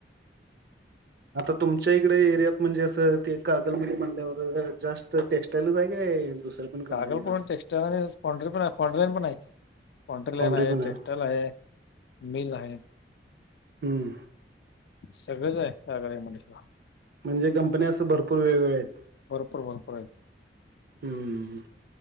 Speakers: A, on the right; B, on the left.
A: आता तुमच्या इकडे एरियात म्हणजे असं ते कागलमध्ये म्हंटल्यावर जास्त टेक्स्टाईलच हाय काय दुसऱ्या. पण कंपनी
B: कागल
A: आहेत
B: पूर्ण
A: असं?
B: टेक्स्टाईल आणि फॉंड पण आहे फॅन्ड्री लाईन पण हाय आहे. फौंड्री
A: फाउंड्री
B: लाईन हाय
A: पण आहे?
B: टेक्स्टाइल हाय मिल हाय.
A: हम्.
B: सगळंच हाय Kagal M I D C ला.
A: म्हणजे कंपन्या असं भरपूर वेगवेगळया हायत.
B: भरपूर भरपूर हायत.
A: हम्म हम्म.